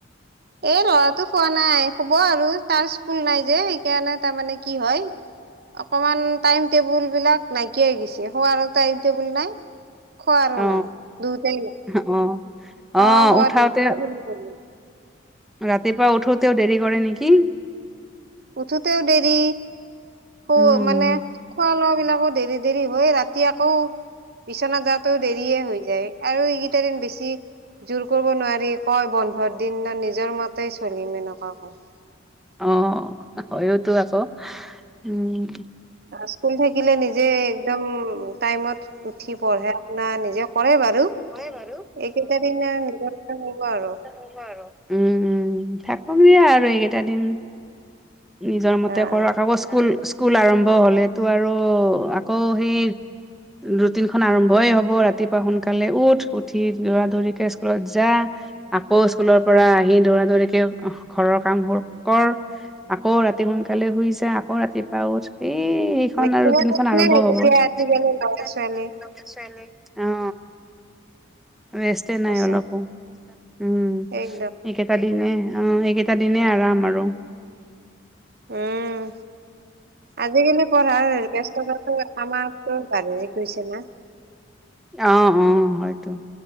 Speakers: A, on the right; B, in the centre.
A: এ ল'ৰাটো শোৱা নাই, শোৱ আৰু তাৰ স্কুল নাই যে, সেইকাৰণে তাৰমানে কি হয়? অকমান টাইম টেবুল বিলাক নাইকিয়া হৈ গৈছে হোৱাৰো টাইম টেবুল নাই। খোৱাৰো
B: অ
A: নাই দুতে নাই
B: অ
A: খোৱা
B: অ
A: শোৱা
B: উঠাওতে
A: দুট
B: ৰাতিপুৱা উঠোতেও দেৰি কৰে নেকি।
A: উঠোতেও দেৰি সো
B: উম
A: মানে খোৱা লোৱা বিলাকো দেৰি দেৰি হয় ৰাতি আকৌ বিছনাত যাওতেঁও দেৰিয়ে হৈ যায় আৰু এইকেইটা দিন বেছি জোৰ কৰিব নোৱাৰি কয় বন্ধৰ দিন ন নিজৰ মতেই চলিম এনেকুৱা কয়।
B: অ', হয়তো আকৌ উম।
A: স্কুল থাকিলে নিজে একদম টাইমত উঠি পঢ়া শুনা নিজে কৰে বাৰু
B: কৰে বাৰু
A: এইকেইটা দিন নিজৰ হব আৰু
B: কৰিব আৰ উম, থাকোমে আৰু এইকেইটা দিন। নিজৰ মতে
A: অ অ
B: কৰক আকৌ স্কুল স্কু স্কুল আৰম্ভ হলেতো আৰু আকৌ সি ৰুটিন খন আৰম্ভই হ'ব ৰাতিপুৱা সোনকা কালে উঠ উঠি দৌৰা দৌৰিকে স্কুলত যা আকৌ স্কুলৰ পৰা
A: হয়
B: আহি দৌৰা দৌৰিকে অহ ঘৰৰ কাম বোৰ কৰ, আকৌ ৰাতি সোনকালে শুই যায়, আকৌ ৰাতিপুৱা উঠ। সেই, এইখন
A: মেচিনত
B: আৰু ৰুটিনখন আৰম্ভ
A: নে এতিয়া
B: হ'বই ছোৱালীক
A: আজিকালি ল'ৰা ছোৱালী
B: অ। ৰেষ্টে নাই
A: সঁচা
B: অলপো সচাঁ উম।
A: একদম
B: এইকেইটা দিনে অ' এইকেইটা দিনে আৰাম আৰু।
A: উম। আজিকালি পঢ়াৰ বস্ততাটো আমাৰ কৈ বাঢ়িহে গৈছে না।
B: অ', অ', হয়তো।